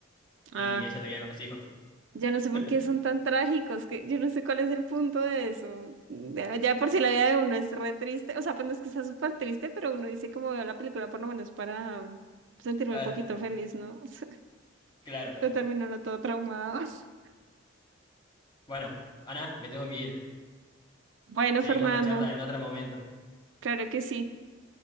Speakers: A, on the right; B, on the left.
A: Ah,
B: Y ella se queda con los hijos.
A: yo no sé por
B: <laughs>
A: qué son tan trágicos, que yo no sé cuál es el punto de eso. Mm, Ya ya por si la vida de uno es re triste, o sea, pues no es que sea súper triste, pero uno dice como veo la película por lo menos para sentirme
B: Ah,
A: un poquito feliz, ¿no? <laughs>
B: Claro.
A: Pero terminó uno todo traumado. <laughs>
B: Bueno, Ana, me tengo que ir.
A: Bueno,
B: Seguimos
A: Fernando.
B: la charla en otro momento.
A: Claro que sí,